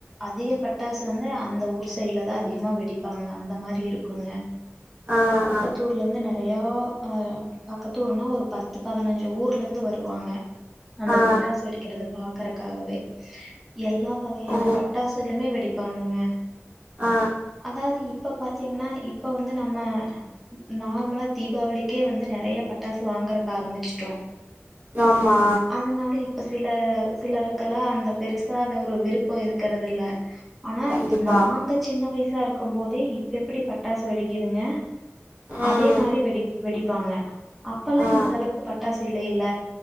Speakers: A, in the centre; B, on the right.
A: அதிக பட்டாசு வந்து அந்த ஊர் சைடுல தா அதிகமா வெடிப்பாங்க அந்த மாரி இருக்குங்க
B: ஆ
A: பக்கத்
B: ஆ
A: ஊர்ல இருந்து நெ றய ஆ பக்கத்து ஊர்ன்னா ஒரு பத்து பதினஞ்சு ஊர்ல இருந்து வருவாங்க அந்த
B: ஆ
A: பட்டாசு வெடிக்குறத பாக்கறக்காகவே எல்லா வகையான
B: ஓ
A: பட்டாசுகளுமே வெடிப்பாங்கங்க
B: ஆ
A: அதாது இப்ப பாத்தீங்கனா இப்ப வந்து நம்ம நார்மலா தீபாவளிக்கே வந்து நெறய பட்டாசு வாங்கறக் ஆரம்பிச்சுட்டோ
B: ஆமா
A: அதனால இப்ப சில சிலருக்கெலா அந்த பெருசா அது ஒரு விருப்ப இருக்குறது இல்ல ஆனா
B: கண்டிப்பா
A: நாங்க சின்ன வயசா இருக்கு போதே இப்ப எப்டி பட்டாசு வெடிக்குதுங்க
B: ம்
A: அதே மாரி வெடி வெடிப்பாங்க அப்பல்லா
B: ஆ
A: இந்த அளவுக்கு பட்டாசு இல்லைல்ல